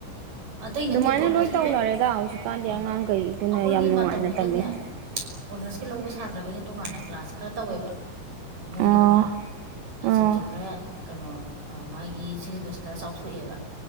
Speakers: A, on the right; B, on the right.
A: ꯑꯇꯩ ꯅꯠꯇꯦꯕ
B: ꯑꯗꯨꯃꯥꯏꯅ
A: ꯑꯣꯅꯔꯁꯀꯤ
B: ꯂꯣꯏ ꯇꯧꯅꯔꯦꯗ ꯍꯧꯖꯤꯛꯀꯥꯟꯗꯤ
A: ꯑꯥ
B: ꯑꯉꯥꯡꯈꯩꯗꯨꯅ
A: ꯑꯩꯈꯣꯏꯒꯤ
B: ꯌꯥꯝ ꯅꯨꯡꯉꯥꯏꯅ
A: ꯃꯇꯝꯗꯨꯗꯅꯦ
B: ꯇꯝꯅꯩ
A: ꯑꯣꯅꯔꯁꯀꯤ ꯂꯧꯕ ꯁꯥꯇ꯭ꯔꯒꯩꯅ ꯇꯣꯉꯥꯟꯅ ꯀ꯭ꯂꯥꯁ ꯈꯔ ꯇꯧꯋꯦꯕ ꯃꯣꯏꯒꯤ
B: ꯑꯣ
A: ꯇꯣꯉꯥꯟꯅ
B: ꯑꯣ
A: ꯁꯕꯖꯦꯛ ꯈꯔ ꯀꯩꯅꯣ ꯃꯥꯒꯤ ꯁꯤꯂꯦꯕꯁ ꯈꯔ ꯆꯥꯎꯊꯣꯛꯑꯦꯕ